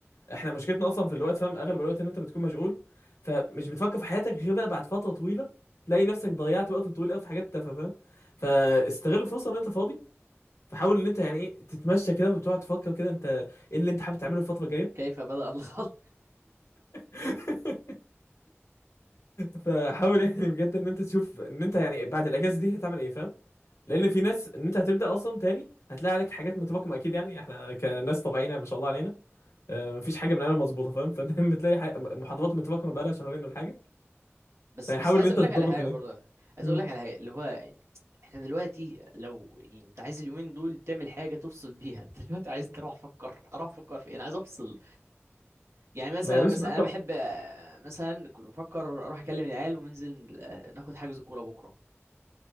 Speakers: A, on the left; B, on the right.
A: احنا
B: مم.
A: مشكلتنا اصلا في الوقت فاهم اغلب الوقت ان انت بتكون مشغول فمش بتفكر في حياتك غير بقى بعد فتره طويله تلاقي نفسك ضيعت وقت طويل قوي في حاجات تافهه فاهم فاستغل
B: مم.
A: الفرصه ان انت فاضي فحاول
B: مم.
A: ان انت يعني ايه تتمشى كده وتقعد تفكر كده انت ايه اللي انت حابب تعمله الفتره الجايه
B: كيف بدأ الخلق
A: <laughs> فحاول يعني بجد ان انت تشوف ان انت يعني بعد الاجازه دي هتعمل ايه فاهم لان في ناس ان انت هتبدا اصلا تاني هتلاقي عليك حاجات متراكمه اكيد يعني احنا كناس طبيعيين يعني ما شاء الله علينا آه، مفيش حاجه بنعملها مظبوطه فاهم <laughs> فدايما بتلاقي حاجة
B: مم.
A: محاضرات متراكمه بقالها شهرين ولا حاجه
B: بس
A: فحاول
B: بس عايز
A: ان انت
B: اقول
A: تظبط
B: لك على حاجه
A: دنيتك
B: برضه عايز
A: مم.
B: اقول لك على حاجه اللي هو يعني احنا دلوقتي لو يعني انت عايز اليومين دول تعمل حاجه تفصل بيها انت دلوقتي عايز تروح افكر اروح افكر في إيه؟ انا عايز افصل يعني مثلا
A: ما يا باشا
B: مثلا
A: فكر
B: انا بحب آه، مثلا كنت بفكر اروح اكلم العيال وننزل آه، ناخد حجز كوره بكره